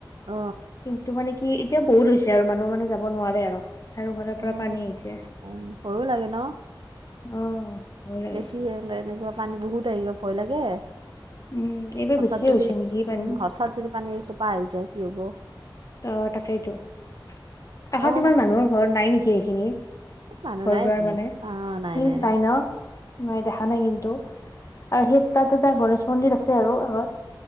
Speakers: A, on the right; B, on the left.
A: অ',
B: কিন্তু মানে কি- এতিয়া বহুত হৈছে আৰু মানুহ মানে যাব নোৱাৰে আৰু। চাৰিওফালৰ পৰা
A: অঁ,
B: পানী আহিছে
A: উম ভয়ো লাগে ন'।
B: অ ভয় লাগে
A: বেছি হে এনেকুৱা পানী বহুত আহিব ভয় লাগে।
B: উম এইবাৰ
A: হঠাৎ
B: বেছিয়ে
A: যদি
B: হৈছে নেকি পানী
A: উম, হঠাৎ যদি পানী এসোপা আহি যায় কি হব!
B: অঁ, তাকেইতো কাষত
A: অ',
B: ইমান মানুহৰ ঘৰত নাই নেকি এইখিনিত।
A: এই মানুহ
B: ঘৰ
A: নাই
B: -দুৱাৰ
A: এইখিনিত।
B: মানে সেইখিনিত
A: অ', নাই, নাই, নাই,
B: পাই ন' নাই দেখা নাই কিন্তু। আৰু সেই তাত এটা গণেশ মন্দিৰ আছে আৰু আগত।